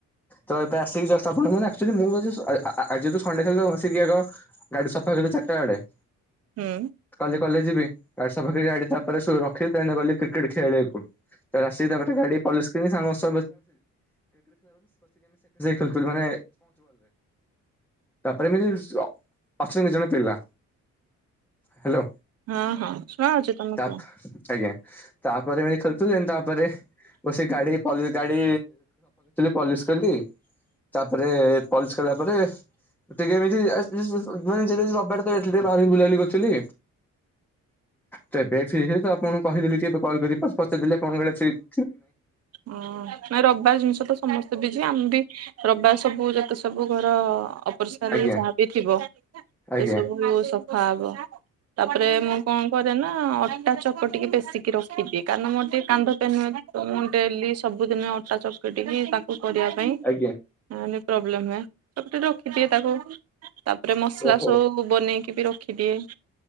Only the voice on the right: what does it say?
ହୁଁ।
ହଁ ହଁ ଶୁଣାଯାଉଛି ତମେ
କୁହ
ଓଁ ନାଇଁ ରବିବାର ଜିନିଷ ତ ସମସ୍ତେ ବି ଯିବେ ଆମ ବି ରବିବାର ସବୁ ଯେତେ ସବୁ ଘର ଅପରିସାର
ଯାହାବି ଥିବ
ସେ ସବୁ ସଫା ହବ ତାପରେ ମୁଁ କଣ କରେ ନା ଅଟା ଚ ଟିକେ ପେଶିକି ରଖିଦିଏ କାରଣ ମୋର ଟିକେ କାନ୍ଧ ପେନ୍ ହୁଏ ମୁଁ ଡେଲି ସବ ସବୁ ଦିନି ଅଟା ଚକଟିକି ତାକୁ କରିବା ପାଇଁ
ଯାହା ହେଲେ ପ୍ରୋବ୍ଲେୁ ହୁଏ ରଖିଦିଏ ତାକୁ ତାପରେ ମସଲା
ସବୁ କୁ ବନେଇକି ବି ରଖିଦିଏ